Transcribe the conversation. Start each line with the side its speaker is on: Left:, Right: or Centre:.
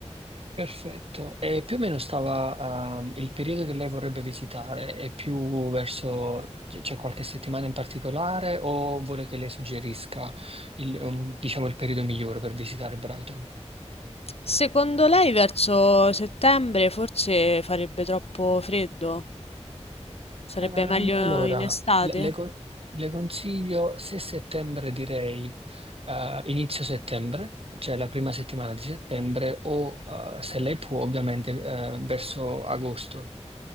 Right: Perfetto. E più o meno stava, ehm, il periodo che lei vorrebbe visitare, è più verso, c- c'è qualche settimana in particolare o vuole che lei suggerisca il, um, diciamo, il periodo migliore per visitare Brighton?
Left: Secondo lei verso settembre forse farebbe troppo freddo? Sarebbe
Right: Ehm,
Left: meglio
Right: allora,
Left: in estate?
Right: le, le con- le consiglio se settembre direi eh, inizio settembre, cioè la prima settimana di settembre, o eh, se lei può ovviamente eh, verso agosto.